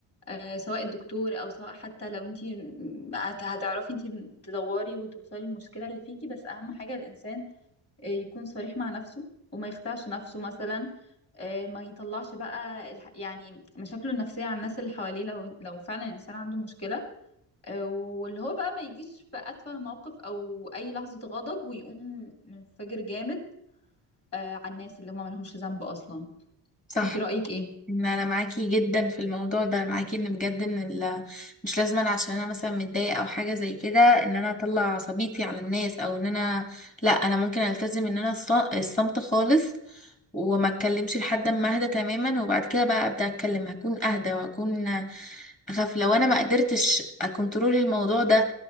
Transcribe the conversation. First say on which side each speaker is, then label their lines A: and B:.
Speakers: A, on the left; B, on the left.
A: آه سواء الدكتور او سواء حتى لو انت هتعرفي انت تدوري وتوصلي المشكله اللي فيكي بس اهم حاجه الانسان آه، يكون صريح مع نفسه وما يخدعش نفسه مثلا آه ما يطلعش بقى الح- يعني مشاكله النفسيه على الناس اللي حواليه لو لو فعلا الانسان عنده مشكله آه واللي هو بقى ما يجيش في اتفه موقف او اي لحظه غضب ويقوم منفجر جامد آه على الناس اللي هم ملهمش ذنب اصلا
B: صح
A: انت رأيك ايه
B: ان انا معاكي جدا في الموضوع ده معاكي ان بجد ان ال- مش لازم أنا عشان انا مثلا متضايقه او حاجه زي كده ان انا اطلع عصبيتي على الناس او ان انا لا انا ممكن التزم ان انا الص- الصمت خالص وما اتكلمش لحد ما اهدى تماما وبعد كده بقى ابدا اتكلم هكون اهدى وهكون اخاف لو انا ما قدرتش اكنترول الموضوع ده